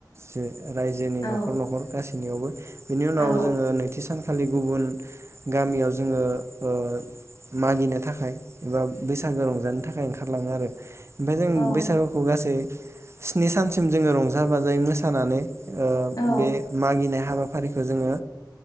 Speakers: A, on the right (about 35°); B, on the left (about 50°).
A: जे रायजोनि
B: औ
A: नखर नखर गासिबो बयनियावबो बिनि उनाव
B: औ
A: जोङो नैथि सानखालि गुबुन गामियाव जोङो ओ मागिनो थाखाय एबा बैसागो रंजानो थाखाय ओंखारलाङो आरो ओमफ्राय जों
B: औ
A: बैसागुखौ गासै स्नि सानसिम जोङो रंजा बाजायै मोसानानै ओ
B: औ
A: बे मागिनाय हाबा खौ जोङो